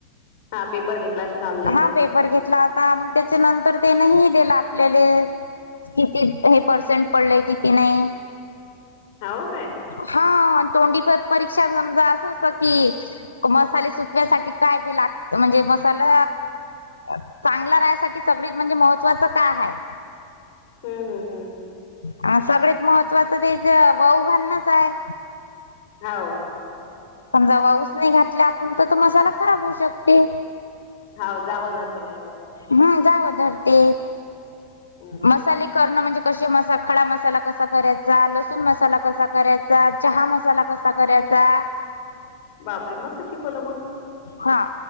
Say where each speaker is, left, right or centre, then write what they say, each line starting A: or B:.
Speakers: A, on the left; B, on the left.
A: हा पेपर घेतला अशीन ऑलाईन.
B: हा पेपर घेतला होता आता मग त्याच्या नंतर त्यान ह दिला आपल्याला. किती हे पर्सेंट पडलेय किती नाही.
A: हावं काय.
B: हा तोंडी पय परीक्षा समजा असं असतं की. मसाले सुकण्यासाठी कायी लागते म्हणजे मसाले चांगला राहायसाठी सगळी म्हणजे, महत्वाच कायं आहे.
A: हम् हम हम् हम.
B: हा सगळत महत्वाचं तेच, वऊ घालनच आहे.
A: हंव..
B: समजा वा उसने नाही घातला, आपण तर तो मसाला खराब होऊ शकते.
A: हा <unintelligible>
B: हम्म.. जावा धरती.
A: हम्म
B: मसाले करणं म्हणजे, कशे मसा- खडा मसाला कसा करायचा? लसूण मसाला कसा करायचा? चहा मसाला कसा कराय त्या.
A: बापरे मस्त शिकवलं मग
B: हां...